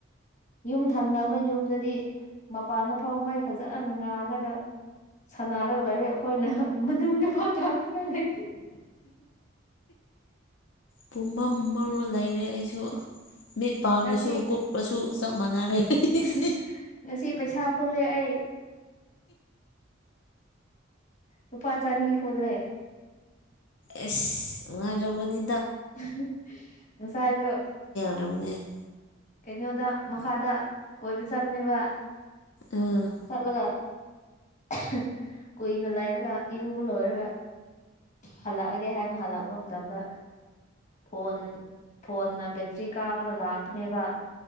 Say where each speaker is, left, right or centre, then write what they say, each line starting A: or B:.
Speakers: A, on the left (about 40°); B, on the left (about 75°).
A: ꯌꯨꯝ ꯊꯪꯅꯕ ꯌꯨꯝꯗꯗꯤ ꯃꯄꯥꯟꯗ ꯐꯧ ꯃꯩ ꯐꯖꯅ ꯉꯥꯜꯂꯒ ꯁꯥꯟꯅꯔꯒ ꯂꯩ ꯑꯈꯣꯏꯅ ꯃꯅꯨꯡꯗ ꯐꯥꯎ ꯊꯥꯟꯅꯤ <unintelligible>
B: ꯄꯨꯝꯃꯝ ꯃꯝꯔ ꯂꯩꯔꯦ ꯑꯩꯁꯨ ꯃꯤꯠ ꯄꯥꯡꯂꯁꯨ
A: ꯉꯁꯤ
B: ꯀꯨꯞꯂꯁꯨ ꯆꯞ ꯃꯥꯟꯅꯔꯦ ꯑꯩꯗꯤ
A: <unintelligible> ꯉꯁꯤ ꯄꯩꯁꯥ ꯈꯨꯜꯂꯦ ꯑꯩ ꯂꯨꯄꯥꯥ ꯆꯥꯅꯤ ꯈꯨꯜꯂꯦ
B: ꯑꯦꯁ ꯅꯨꯡꯉꯥꯏꯔꯝꯒꯅꯤ
A: <unintelligible> ꯉꯁꯥꯏꯗꯣ
B: ꯔꯝꯃꯅꯤ
A: ꯀꯩꯅꯣꯗ ꯃꯈꯥꯗ ꯀꯣꯏꯕ ꯆꯠꯕꯅꯦꯕ
B: ꯑꯥ
A: ꯆꯠꯂꯒ <unintelligible> ꯀꯨꯏꯅ ꯂꯩꯔꯒ ꯏꯔꯨꯕ ꯂꯣꯏꯔꯒ ꯍꯜꯂꯛꯑꯒꯦ ꯍꯥꯏꯅ ꯍꯜꯂꯛꯄ ꯃꯇꯝꯗ ꯐꯣꯟ ꯐꯣꯟꯅ ꯕꯦꯇ꯭ꯔꯤ ꯀꯥꯞꯔꯒ ꯂꯥꯛꯄꯅꯦꯕ